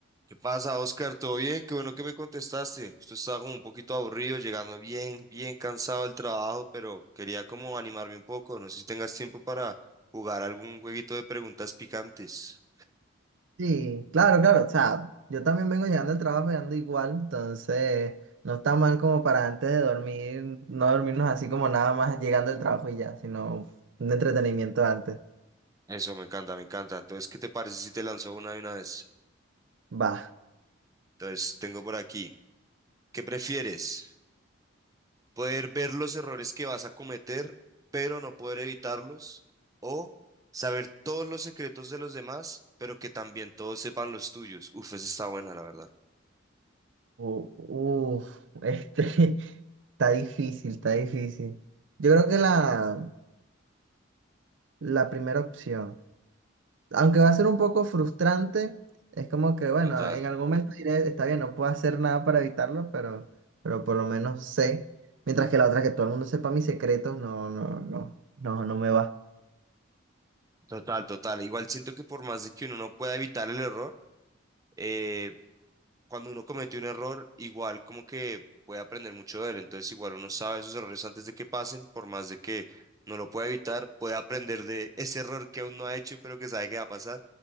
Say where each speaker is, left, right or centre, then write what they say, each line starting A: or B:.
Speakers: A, on the right; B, on the right.
A: ¿Qué pasa, Oscar? ¿Todo bien? Qué bueno que me contestaste. Justo estaba como un poquito aburrido, llegando bien, bien cansado del trabajo, pero quería como animarme un poco. No sé si tengas tiempo para jugar algún jueguito de preguntas picantes.
B: Sí, claro, claro. O sea, yo también vengo llegando al trabajo llegando igual, entonces no está mal como para antes de dormir, no dormirnos así como nada más llegando al trabajo y ya, sino un entretenimiento antes.
A: Eso me encanta, me encanta. Entonces, ¿qué te parece si te lanzo una de una vez?
B: Va.
A: Entonces, tengo por aquí. ¿Qué prefieres? ¿Poder ver los errores que vas a cometer, pero no poder evitarlos? ¿O saber todos los secretos de los demás, pero que también todos sepan los tuyos? Uf, esa está buena, la verdad.
B: U- Uf, este, <laughs> está difícil, está difícil. Yo creo que la, la primera opción. Aunque va a ser un poco frustrante, es como que, bueno,
A: Total.
B: en algún momento diré, está bien, no puedo hacer nada para evitarlo, pero, pero por lo menos sé. Mientras que la otra, que todo el mundo sepa mis secretos, no, no, no, no, no me va.
A: Total, total. Igual siento que por más de que uno no pueda evitar el error, eh, cuando uno comete un error, igual como que puede aprender mucho de él. Entonces, igual uno sabe esos errores antes de que pasen, por más de que no lo pueda evitar, puede aprender de ese error que aún no ha hecho, pero que sabe que va a pasar